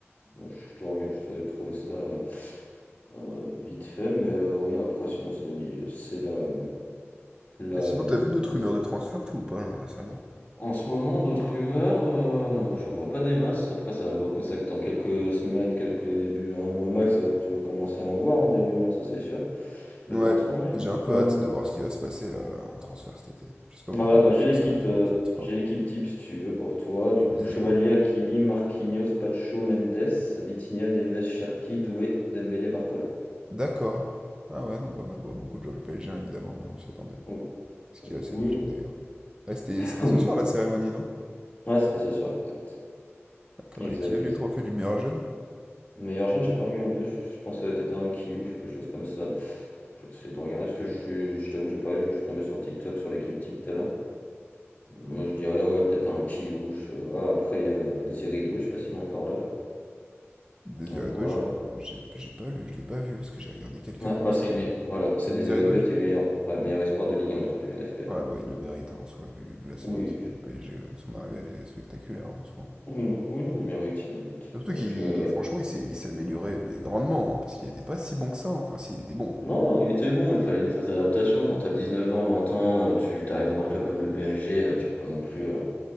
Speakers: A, on the left (about 30°); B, on the right (about 20°).
A: bon, je te regarde, j'essaie de trouver ça euh, euh, vite fait, mais euh, oui, après sinon c'est la, li- c'est la, la,
B: Et sinon, t'as vu d'autres
A: la
B: rumeurs
A: défense.
B: de transfert, toi, ou pas, là, récemment?
A: En ce moment, d'autres rumeurs, euh, j'en vois pas des masses, après ça va beaucoup s'acter en quelques semaines, quelques débuts, un mois max, ça va que tu vas commencer à en voir hein, des rumeurs, ça c'est sûr, mais
B: Ouais,
A: pour l'instant non, il
B: j'ai
A: n'y
B: un peu
A: en a
B: hâte de
A: pas...
B: voir ce qui va se passer là en transfert cet été. Je sais pas
A: Bah
B: pourquoi,
A: Voilà,
B: mais
A: bah,
B: j'ai l'impression
A: j'ai l'équipe
B: que ça va être,
A: euh,
B: euh, ça va être fort.
A: j'ai l'équipe type si tu veux pour toi. Du coup,
B: Vas-y,
A: Chevalier,
B: dis-moi.
A: Hakimi, Marquinhos, Pacho, Mendes, Vitinha, Neves, Cherki, Doué, Dembélé, Barcola.
B: D'accord. Ah ouais, non,
A: Donc,
B: pas mal. Bon, beaucoup de joueurs du PSG, hein, évidemment, mais on s'y attendait.
A: oh,
B: Ce qui
A: donc,
B: est assez
A: oui,
B: logique
A: voilà.
B: d'ailleurs. Ouais, c'était,
A: <laughs>
B: c'était
A: oui.
B: ce soir la cérémonie, non?
A: Ouais, c'était ce soir. Exact,
B: D'accord.
A: exact.
B: Et qui a eu
A: exact.
B: le trophée du meilleur jeune?
A: Meilleur jeune, j'ai pas regardé. Je, je pense que ça va être un Kiyu ou quelque chose comme ça. Je vais essayer de regarder parce que je, suis- je t'avoue, j'ai parlé, je suis tombé sur TikTok sur l'équipe type tout à l'heure. Moi, je dirais ouais, peut-être un Kiyu. je- ah, après, il y a Désiré Doué, je sais pas s'il est encore là.
B: Désiré
A: À voir.
B: Doué, je, j'ai, j'ai pas lu, je l'ai pas vu parce que j'ai regardé quelques
A: Ah,
B: posts.
A: bah c'est lui,
B: euh.
A: voilà, c'est
B: C'est
A: Désiré
B: Désiré Doué
A: Doué
B: du
A: était
B: coup?
A: meilleur, ouais, meilleur espoir de Ligue 1 trophée NFP.
B: Ouais, bah il le mérite hein, en soi, vu, vu la saison
A: Oui,
B: qu'il fait. Le PSG, euh, son arrivée elle est spectaculaire hein, en soi.
A: oui, non, oui, non, il mérite, il mérite.
B: Surtout
A: Donc,
B: qu'il,
A: euh,
B: franchement, il s'est il s'est amélioré, mais grandement, hein, parce qu'il était pas si bon que ça. hein. Enfin, si, il était bon,
A: non,
B: mais...
A: mais il était bon, il fallait une phase d'adaptation. Quand t'as 19 ans, 20 ans, euh, tu t'arrives dans un club comme le PSG, euh, tu peux pas non plus, euh,